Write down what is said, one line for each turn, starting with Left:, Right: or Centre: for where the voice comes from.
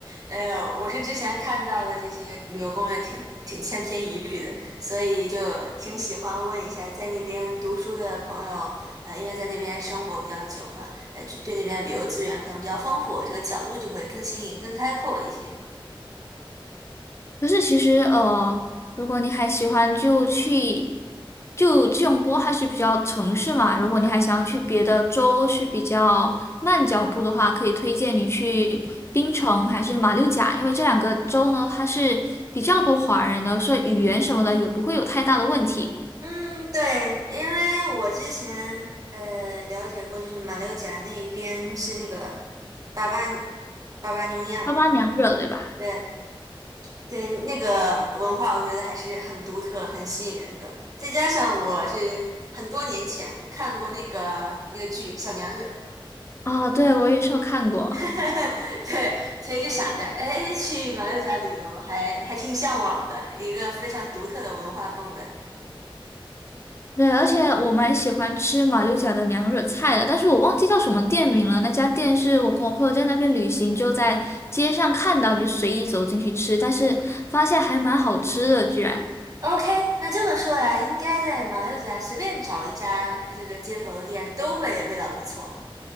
Right: 呃，我是之前看到的这些旅游攻略挺挺千篇一律的，所以就挺喜欢问一下在那边读书的朋友，呃，因为在那边生活比较久嘛，呃，对那边的旅游资源可能比较丰富，这个角度就会更新颖、更开阔一些。
Left: 可是其实呃，如果你还喜欢就去，就吉隆坡它是比较城市嘛，如果你还想要去别的州是比较慢脚步的话，可以推荐你去槟城还是马六甲，因为这两个州呢，它是比较多华人的，所以语言什么的也不会有太大的问题。
Right: 嗯，对，因为我之前呃了解过，就是马六甲那一边是那个巴巴巴巴妞亚嘛，
Left: 八八娘热对吧？
Right: 对，对，那个文化我觉得还是很独特、很吸引人的。再加上我是很多年前看过那个那个剧《小娘惹》，
Left: 啊、对，我也是有看过。
Right: <laughs> 对，所以就想着，哎，去马六甲旅游还还挺向往的，一个非常独特的文化氛围。
Left: 对，而且我蛮喜欢吃马六甲的娘惹菜的，但是我忘记叫什么店名了。那家店是我跟我朋友在那边旅行，就在街上看到，就随意走进去吃，但是发现还蛮好吃的，居然。
Right: OK，那这么说来，应该在马六甲随便找一家这个街头的店都会味道不错。